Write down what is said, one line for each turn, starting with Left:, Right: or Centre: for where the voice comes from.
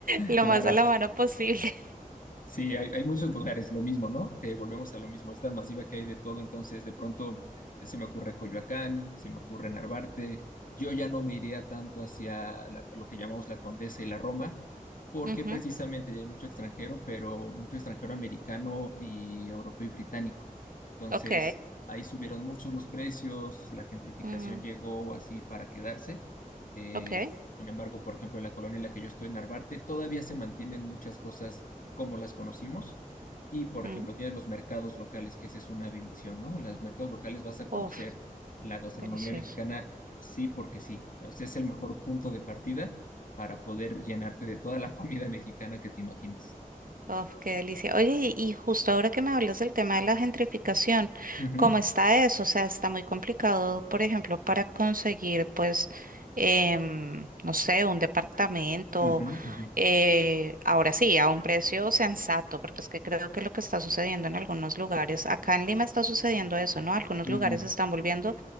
Right: lo
Left: Claro.
Right: más a la mano posible.
Left: Sí, hay, hay muchos lugares, lo mismo, ¿no? Eh, volvemos a lo mismo, es tan masiva que hay de todo, entonces de pronto eh, se me ocurre Coyoacán, se me ocurre Narvarte, yo ya no me iría tanto hacia la- lo que llamamos la Condesa y la Roma, porque
Right: <laughs> Ujú,
Left: precisamente ya hay mucho extranjero, pero mucho extranjero americano y europeo y británico. Entonces
Right: Ok.
Left: ahí subieron muchos los precios, la gentrificación
Right: mm,
Left: llegó así para quedarse. Eh,
Right: ok.
Left: sin embargo, por ejemplo, en la colonia en la que yo estoy, en Narvarte, todavía se mantienen muchas cosas como las conocimos. Y, por
Right: mm,
Left: ejemplo, tienes los mercados locales, que esa es una bendición, ¿no? En los mercados locales vas a conocer
Right: Uf,
Left: la gastronomía
Right: delicioso.
Left: mexicana, sí, porque sí. O sea, es el mejor punto de partida para poder llenarte de toda la <laughs> comida mexicana que te imagines.
Right: Uf, qué delicia. Oye, y, y justo ahora que me hablas del tema de la gentrificación,
Left: Ujú,
Right: ¿cómo está eso? O sea, está muy complicado, por ejemplo, para conseguir, pues, em, no sé, un departamento,
Left: ujú, ujú,
Right: eh, ahora sí, a un precio sensato, porque es que creo que lo que está sucediendo en algunos lugares, acá en Lima está sucediendo eso, ¿no? Algunos
Left: ujú.
Right: lugares se están volviendo,